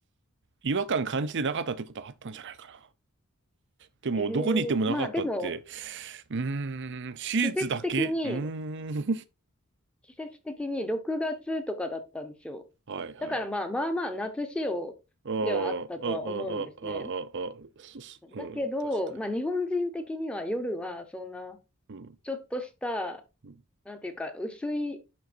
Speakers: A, on the right; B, in the centre.
A: 違和感感じてなかったってことはあったんじゃないかな。でも、
B: ええーまあでも、
A: どこに行ってもなかったって、うーん、シーだけうーん。
B: 季節的に、季節的に6月とかだったんですよ。
A: <laughs> はいはい。
B: だからまあまあまあ夏仕様ではあったとは思うんですね。
A: ああ、ああ、ああ、ああ、そそうん、
B: だけど、
A: 確かに。
B: まあ日本人的には夜はそんな、
A: うん。
B: ちょっとした
A: うん
B: なんていうか、薄い